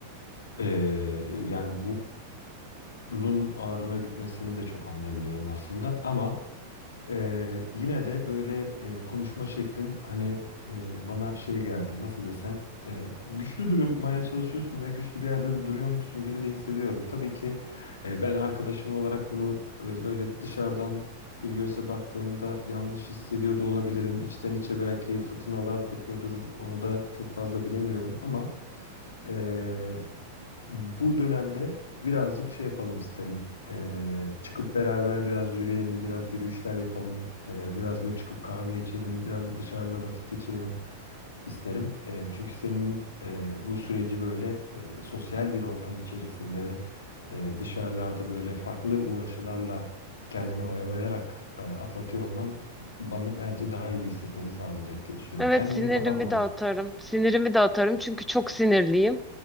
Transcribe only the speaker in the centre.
Evet
sinirimi
de atarım. Sinirimi de atarım çünkü çok sinirliyim.